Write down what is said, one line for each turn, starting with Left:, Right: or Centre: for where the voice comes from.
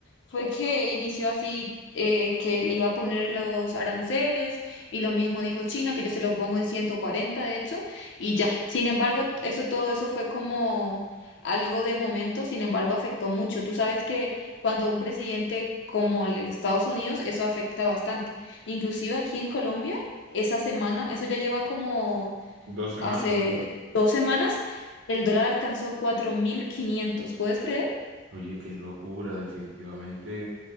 Left: Fue que inició así, eh, que le iba a poner los aranceles y lo mismo dijo China, que yo se lo pongo en 140 de hecho, y ya. Sin embargo, t- eso todo eso fue como algo de momento, sin embargo, afectó mucho. Tú sabes que cuando un presidente como el de Estados Unidos, eso afecta bastante. Inclusive aquí en Colombia, esa semana, eso ya lleva como
Right: Dos semanas,
Left: hace
Right: ¿no?
Left: dos semanas, el dólar alcanzó 4.500. ¿puedes creer?
Right: Oye, qué locura, definitivamente
Left: Sí.